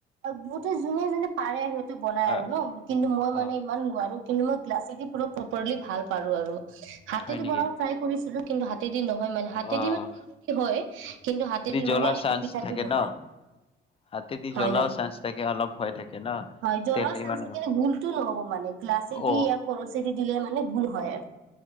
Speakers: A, on the right (about 85°); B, on the left (about 30°).
A: বহুতে যোনে-যোনে পাৰে সিহতেো বনাই
B: অ',
A: আৰু ন কিন্তু মই মানে
B: অ',
A: ইমান নোৱাৰো। কিন্তু মই গ্লাছ এটি পৰা প্ৰপাৰলি ভাল পাৰো আৰু। হাতেদি
B: হয় নেকি?
A: বনাও প্ৰায় কৰিছিলো। কিন্তু হা হাতেদি নহয় মানে হাতেদি
B: অ',
A: মানেদি হয় কিন্তু হাতেদি
B: জ্বলাৰ
A: মানে একটো
B: চান্স
A: পিঠাটো
B: থাকে
A: নহয়।
B: ন? হাতেদি
A: হয়-হয়-হয়
B: জ্বলাও চান্স থাকে অলপ ভয় থাকে ন?
A: জলাৰ
B: তেল
A: চান্স
B: ইমান
A: এতিয়া গোলটো নহ'ব মানে গ্লাছেদি
B: অ',
A: কছেৰে দি দিলে মানে। মানে ভুল হয় আৰু।